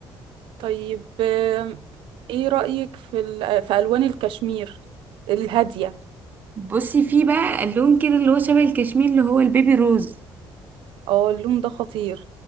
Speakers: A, on the right; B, on the right.
A: طيب آه، ايه رأيك في ال... في ألوان الكشمير الهادية
B: بصي في بقى اللون كده اللي هو شبه الكشمير اللي هو البيبي روز
A: اه اللون ده خطير